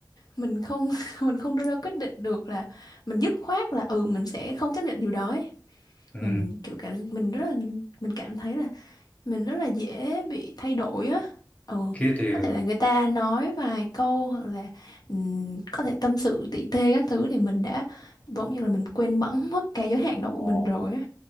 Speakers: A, on the left; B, on the left.
A: mình không <laughs> mình không đưa ra quyết định được là mình dứt khoát là ừ mình sẽ không chấp nhận điều đó ấy.
B: Ừ.
A: Mà mình kiểu cảm mình rất là mình cảm thấy là mình rất là dễ bị thay đổi á ừ
B: khí điều
A: có thể là người ta nói vài câu hoặc là ừm, có thể tâm sự tỉ tê các thứ thì mình đã bỗng nhiên là mình quên bẵng mất cái giới hạn đó của
B: ồ
A: mình rồi á